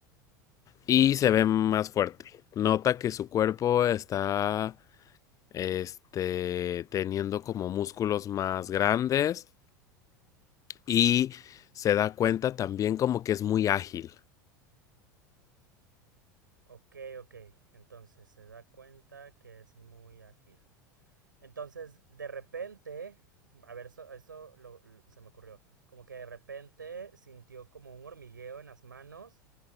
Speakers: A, on the left; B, on the right.
A: y se ve más fuerte. Nota que su cuerpo está, este, teniendo como músculos más grandes Y se da cuenta también como que es muy ágil.
B: Ok, ok. Entonces se da cuenta que es muy ágil. Entonces, de repente, a ver, esto, esto lo- l- se me ocurrió. Como que de repente sintió como un hormigueo en las manos